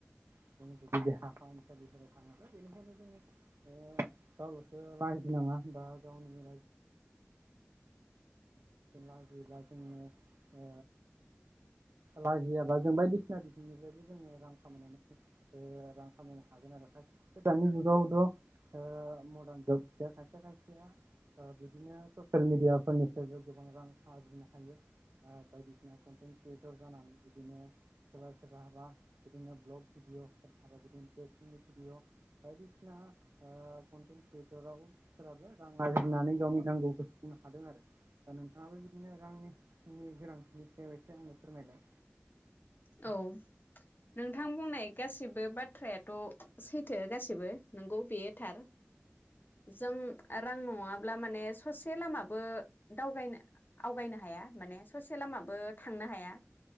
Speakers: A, on the right (about 80°); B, on the left (about 45°).
A: जों जुदि देहा फाहामसालिफोर थाङोब्ला बेनिखायनो जोङो गावल'सो लाजिनाङा। दा गावनि <unintelligible> बि लाजियोब्ला जोङो ओ लाजियाबा जों बायदिसिना बिथिंनिफ्रायबो जोङो रां खामायनानै रां खामायनो हागोन आरो खायसेथ' दानि जुगावथ' मडार्न जुग खायसे खायसेया ओ बिदिनो ससियेल मिडियाफोरनिफ्रायबो गोबां रां आरजिनो हायो। बायदिसिना कनटेन्ट क्रियेटर जानानै बिदिनो सोरबा सोरबाबा बिदिनो ब्लग भिडअदि भिडिअ बायदिसिना कन्टेन्ट क्रियेटराव फोराबो रां आरजिनानै गावनि नांगौखौ सुफुंनो हादों आरो। दा नोंथाङाबो बिदिनो रांनि गोनांथिनि सायाव एसे आंनो फोरमायलाय।
B: <inaudible> औ नोंथां बुंनाय गासिबो बाथ्रायाथ' सैथो गासिबो। नंगौ बेयो थार जों रां नङाब्ला माने ससे लामाबो दावगायनो आवगायनो हाया माने ससे लामाबो थांनो हाया